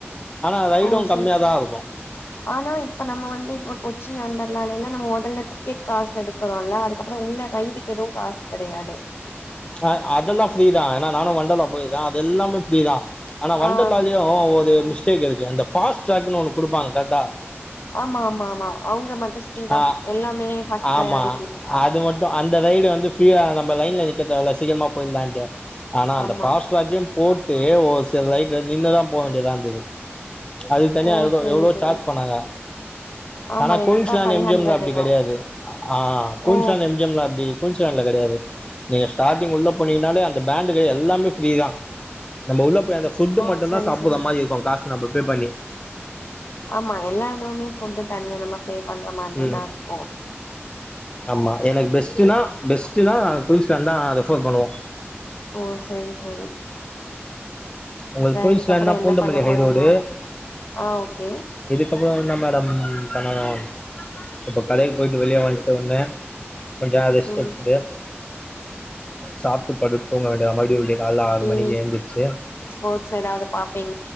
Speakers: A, on the left; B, on the left.
A: ஆனா ரைடோ
B: ஓ செரி
A: கம்மியதா இருக்கோ
B: ஆனா இப்ப நம்ம வந்து இப்ப கொச்சி ஒண்டர்லால நம்ம மொதல்ல டிக்கேட் காசு எடுத் தோல அதுக்கப்றோ உள்ள ரைடுக்கு எதுவோ காசு கெடையாது
A: ஆ அதல்லா ஃப்ரீ தா ஏனா நானு ஒண்டர்லா போயிரு ஆ அது எல்லாமே ஃப்ரீ தா ஆனா ஒண்டர்லாலயு
B: ஆ
A: ஒரு மிஸ்டேக் இருக் கு அந்த ஃபாஸ்ட் ட்ராக்னு ஒன்னு குடுப்பாங்க கரட்டா
B: ஆமா ஆமா ஆமா அவுங்க வந்து ஸ்பீடாப்
A: ஆ
B: எல்லாமே பஸ்ட்
A: ஆமா
B: ப்ரையாரிட்டி
A: அது மட்டோ அந்த ரைடு வந்து ப்ரீயா நம்ம லைன்ல நிக்க தேவல சீக்கிரமா போயிலான்ட்டு ஆனா அந்த
B: ஆமா
A: பாஸ்டிராக்கே போட்டு ஒரு சில ரைட்ல நின்னா தா போக வேண்டியதாந்தது அதுக்கு தனியா
B: ஓ
A: எவ்ளோ
B: செரி
A: எவ்ளோ
B: செரி
A: சார்ஜ் பண்ணாங்க
B: ஆமா
A: ஆனா Queensland
B: extra five
A: M G
B: ஹண்ட்ரட்
A: M ல அப்டி
B: எதோ
A: கெடையாது ஆ குயின்ஸ்லேன்ட்
B: ஓ
A: எம் ஜி எம் லா எப்டி குயின்ஸ்லேன்ட் ல கெடையாது நீங்க ஸ்டார்டிங் உள்ள போனீங்னாலே அந்த பேண்டு எல்லாமே ப்ரீ தா நம்ம உள்ள போய் அந்த புட்டு
B: ஓ
A: மட்டுதா
B: சரி
A: சாப்புற
B: சரி
A: மாரி இருக்கோ காசு நம்ம பே பண்ணி
B: ஆமா எல்லா இதுவுமே புட்டு தனியா நம்ம பே பண்ற மாதிரி
A: ம்
B: தா இருக்கோ
A: ஆமா எனக்கு பெஸ்ட்டுனா பெஸ்ட்டுனா குயின்ஸ்லேண்ட் தா ரெபர் பண்ணுவோ
B: ஓ செரி செரி
A: உங்குளுக் குயின்ஸ்லேண்ட்னா
B: இதுக்கப்புற என்ன
A: பூந்தமல்லி
B: பண்ண
A: ஹைரோடு
B: போறீங்க ஆ ஓகே
A: இதுக்கப்றோ தா மேடோ பண்ணனு இப்ப கடைக்கு போயிட்டு வெளிய வன்ட ஒனே கொஞ்ச ரெஸ்ட்
B: ம்
A: எடுத்துட்டு சாப்ட்டு படுத்து தூங்க வேண்டியதா மறுபடியோ விடிய கால ஆறு
B: டி
A: மணிக்கு
B: வி
A: எந்துச்சி
B: ஸ்போர்ட்ஸ் ஏதாவது பாப்பேன்